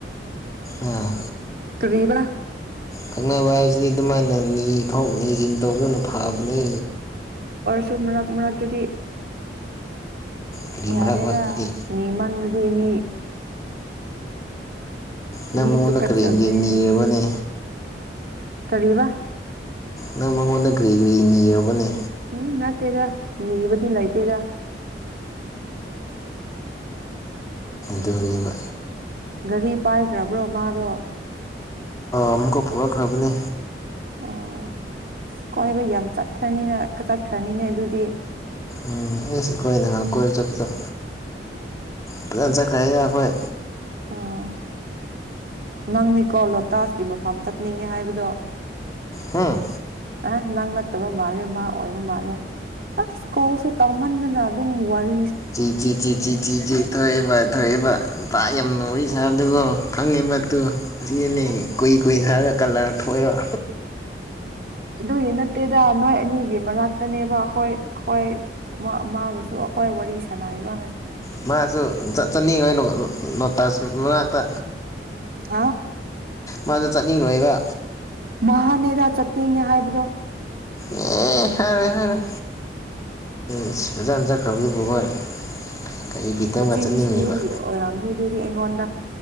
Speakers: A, on the left; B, on the right.
A: ꯑꯥ
B: ꯀ꯭ꯔꯤꯕ
A: ꯈꯪꯅꯕ ꯍꯥꯏꯁꯤꯗꯤ ꯑꯗꯨꯃꯥꯏꯅ ꯅꯤꯊꯣꯛ ꯅꯤꯁꯤꯟ ꯇꯧꯗꯨꯅ ꯐꯕꯅꯤ
B: ꯆꯨ ꯃꯔꯛ ꯃꯔꯛꯇꯗꯤ
A: ꯀꯔꯤ ꯃꯔꯥꯡ
B: ꯌꯥꯗꯦꯗ
A: ꯃꯔꯥꯛ ꯇ
B: ꯅꯤꯃꯟꯕꯗꯤ ꯃꯤ
A: ꯅꯪ
B: ꯃꯤ
A: ꯃꯉꯣꯟꯗ
B: ꯇꯨꯀꯠꯆꯕꯅꯦ
A: ꯀꯔꯤ ꯀꯔꯤ ꯅꯤꯔꯕꯅꯦ
B: ꯀꯔꯤꯕ
A: ꯅꯪ ꯃꯉꯣꯟꯗ ꯀ꯭ꯔꯤ ꯀꯔꯤ ꯅꯤꯔꯕꯅꯦ
B: ꯎꯝ ꯅꯠꯇꯦꯗ ꯅꯤꯕꯗꯤ ꯂꯩꯇꯦꯗ
A: ꯗꯨꯅꯤꯕ
B: ꯒꯥꯔꯤ ꯄꯥꯏꯈ꯭ꯔꯕ꯭ꯔꯣ ꯃꯥꯗꯣ
A: ꯑꯃꯨꯛꯀ ꯄꯨꯔꯛꯈ꯭ꯔꯕꯅꯤ
B: ꯑꯣ ꯀꯣꯏꯕ ꯌꯥꯝ ꯆꯠꯈ꯭ꯔꯅꯤꯅ ꯆꯠꯈ꯭ꯔꯅꯤꯅꯦ ꯑꯗꯨꯗꯤ
A: ꯎꯝ ꯑꯦꯁ ꯑꯩꯈꯣꯏ ꯅꯍꯥꯟ ꯀꯣꯏꯕ ꯆꯠꯄꯗꯣ ꯐꯖꯅ ꯆꯠꯈ꯭ꯔꯦ ꯑꯩꯈꯣꯏ
B: ꯑꯥ ꯅꯪꯅꯤꯀꯣ ꯂꯣꯇꯥꯁꯀꯤ ꯃꯐꯝ ꯆꯠꯅꯤꯡꯉꯦ ꯍꯥꯏꯕꯗꯣ
A: ꯍꯝ
B: ꯑꯁ ꯅꯪ ꯅꯠꯇꯕ ꯃꯥꯜꯂꯦ ꯃꯥ ꯑꯣꯏꯕ ꯃꯥꯜꯂꯦ ꯑꯏꯁ ꯀꯣꯜꯁꯨ ꯇꯧꯃꯟꯗꯅ ꯑꯗꯨꯝ ꯋꯥꯔꯤ
A: ꯆꯤ ꯆꯤ ꯆꯤ ꯆꯤ ꯆꯤ ꯆꯤ ꯊ ꯊꯣꯛꯏꯕ ꯊꯣꯛꯏꯕ ꯇꯥꯛ ꯌꯥꯝ ꯋꯥꯔꯤꯁꯥꯟꯅꯗꯦꯀꯣ ꯈꯪꯉꯦꯕꯠꯇꯨ ꯁꯤꯅꯦ ꯀꯨꯏ ꯀꯨꯏ ꯍꯥꯏꯔꯒ ꯀꯂꯔ ꯊꯣꯛꯑꯦꯕ
B: ꯑꯗꯨꯒꯤ ꯅꯠꯇꯦꯗ ꯃꯣꯏ ꯑꯅꯤꯒꯤ ꯃꯅꯥꯛꯇꯅꯦꯕꯥ ꯍꯣꯏ ꯍꯣꯏ ꯃꯥ ꯃꯥꯕꯨꯁꯨ ꯑꯩꯈꯣꯏ ꯋꯥꯔꯤ ꯁꯥꯟꯅꯔꯤꯕ
A: ꯃꯥꯁꯨ ꯆꯠ ꯆꯠꯅꯤꯡ ꯉꯩ ꯍꯥꯏꯅ ꯂꯣ ꯂꯣꯇꯁ ꯃꯅꯥꯛꯇ
B: ꯍꯥ
A: ꯃꯥꯗꯣ ꯆꯠꯅꯤꯡꯉꯣꯏꯗꯥ
B: ꯃꯥꯍꯥꯅꯦꯕ ꯆꯠꯅꯤꯡꯉꯦ ꯍꯥꯏꯕꯗꯣ
A: ꯑꯦ ꯍꯥꯏꯔꯣꯏ ꯍꯥꯏꯔꯣꯏ ꯏꯁ ꯐꯖꯅ ꯆꯈ꯭ꯔꯕꯗꯨꯕꯣꯏ ꯍꯣꯏ ꯀꯔꯤ ꯕꯤꯠꯇꯝꯒ
B: ꯃꯆꯤꯟ
A: ꯆꯠꯅꯤꯡꯉꯤꯕ
B: ꯊꯤꯕꯒꯤ ꯑꯣꯏꯔꯝꯅꯤ ꯑꯗꯨꯗꯤ ꯑꯩꯉꯣꯟꯗ